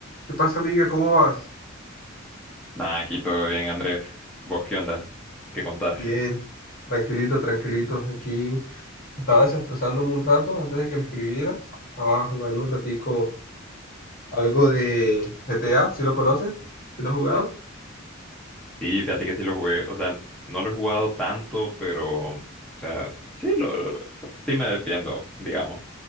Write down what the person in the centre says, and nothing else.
Nada, aquí todo bien, Andrés. ¿Vos qué onda? ¿Qué contás?
Sí, fíjate que sí lo jugué. O sea, no lo he jugado tanto, pero, o sea, sí, lo, lo- lo- sí me defiendo, digamos.